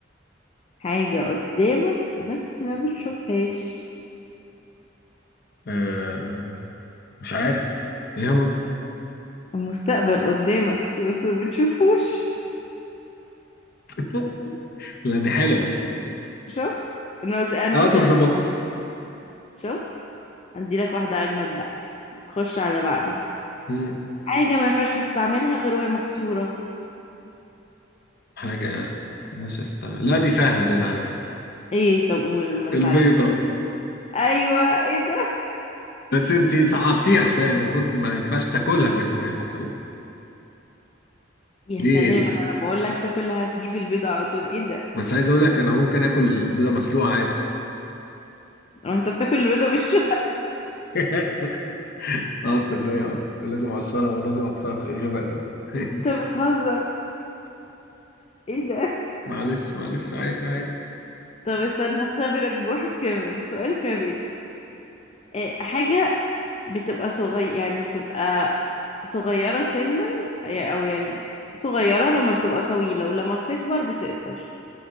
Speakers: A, on the left; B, on the left.
A: حاجة قدامك بس ما بتشوفهاش
B: آه مش عارف ايه هو
A: المستقبل قدامك بس ما بتشوفوش
B: <laughs> لا دي حلوة دي
A: شفت انا قلت انا
B: اه
A: قلت
B: طب
A: لك
B: ذا بوكس
A: شفت ادي لك واحدة اجمد بقى خش على اللي بعده
B: مم.
A: حاجة ما ينفعش تستعملها غير وهي مكسورة
B: حاجة مش استاهل لا دي سهلة دي انا عارفها
A: ايه طب قول ما انت
B: البيضة
A: عارف ايوه ايه ده
B: بس انتي صعبتيها شوية المفروض ما ينفعش تاكلها غير وهي مكسورة
A: يا
B: ليه
A: سلام انا لما اقول لك تاكلها هتجيب البيضه على طول ايه ده
B: بس عايز اقول لك انا ممكن اكل بيضه مسلوقه عادي
A: هو انت بتاكل البيضه مش
B: <laughs> اه تصدق اه لازم اقشرها ولازم اكسرها ايه الغباء ده <laughs>
A: <laughs> انت بتهزر ايه ده
B: معلش معلش عادي عادي
A: طب استنى هختبرك بواحد كمان سؤال كمان إيه حاجه بتبقى صغير يعني بتبقى صغيره سنا يع- او يعني صغيره لما بتبقى طويله ولما بتكبر بتقصر